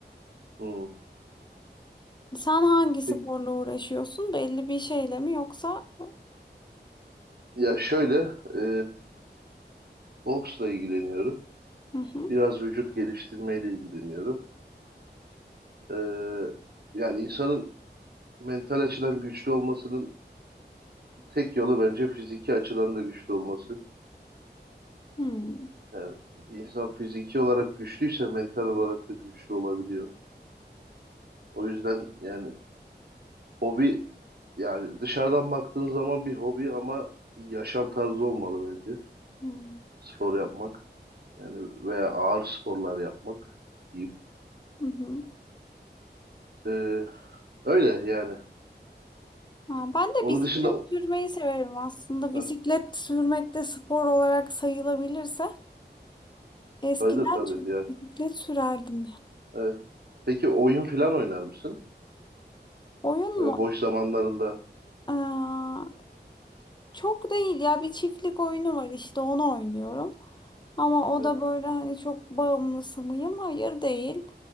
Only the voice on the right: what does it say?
Hmm.
Peki,
ya şöyle e, boksla ilgileniyorum.
Biraz vücut geliştirmeyle ilgileniyorum. E, yani insanın mental açıdan güçlü olmasının tek yolu bence fiziki açıdan da güçlü olması.
Yani bir insan fiziki olarak güçlüyse mental olarak da güçlü olabiliyor. O yüzden yani Hobi yani dışarıdan baktığın zaman bir hobi ama bir yaşam tarzı olmalı bence.
Spor yapmak yani veya ağır sporlar yapmak diyeyim.
Ee, öyle yani.
Onun
dışında
<laughs>
saydı tabii
yani.
Evet. Peki oyun falan oynar mısın?
Veya
boş zamanlarında
evet.